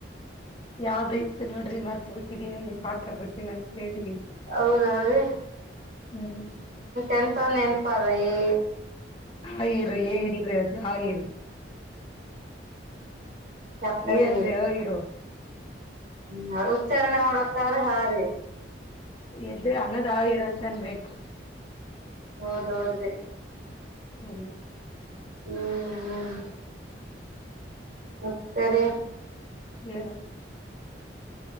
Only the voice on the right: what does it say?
ಹೌದ <unintelligible>
ಎಂತ ನೆನ್ಪಾರ ಏ
ಸತಲ್ಲಿ
ಹ್ಮ ಉಚ್ಚಾರಣೆ ಮಾಡ್ಬೇಕಾದ್ರೆ ಹಾರಿ.
ಹೌದೌದ್ರಿ
ಹ್ಮ್ ಮತ್ತೆರಿ